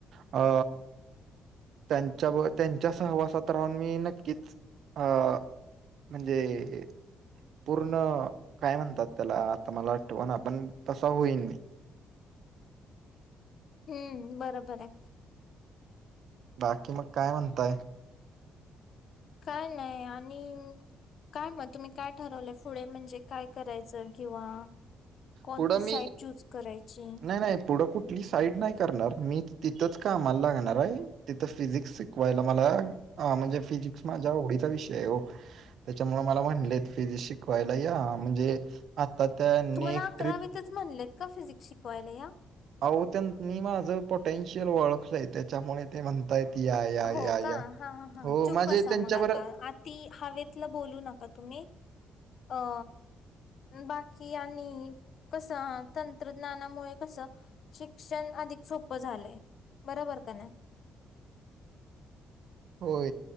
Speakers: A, on the right; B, on the left.
A: अ. त्यांच्या त्यांच्या सहवासात राहून मी नक्कीच. अ म्हणजे. पूर्ण काय म्हणतात त्याला आता मला आठव ना पण तसा होईल नाही.
B: हम्म बरोबर आहे.
A: बाकी मग काय म्हणताय.
B: काय नाही आणि. काय मग तुम्ही काय ठरवलंय पुढे म्हणजे काय करायचं किंवा. कोणती
A: पुढं
B: साईट
A: मी
B: चूज करायची
A: नाही नाही पुढं कुठली साईड नाही करणार मी तिथंच कामाला लागणार आहे तिथं फिजिक्स शिकवायला मला हा म्हणजे फिजिक्स माझ्या एवढीचा विषय आहे हो त्याच्यामुळे मला म्हणले फिजिक शिकवायला या म्हणजे आता त्यांनी
B: तुम्हाला
A: एक
B: अकरावीतच
A: ट्रिप
B: म्हणलेत का फिजिक्स शिकवायला या
A: अह त्यां मी माझं पोटेन्शियल ओळखलंय त्याच्यामुळे ते म्हणतायत या या या
B: हो का
A: या
B: हा हा
A: हो
B: चूप
A: माझे
B: बसा
A: त्यांच्याबर
B: मग आता ती हवेतला बोलू नका तुम्ही अ बाकी आणि कसं तंत्रज्ञानामुळे कसं शिक्षण अधिक सोपं झालंय बरोबर का नाही
A: हो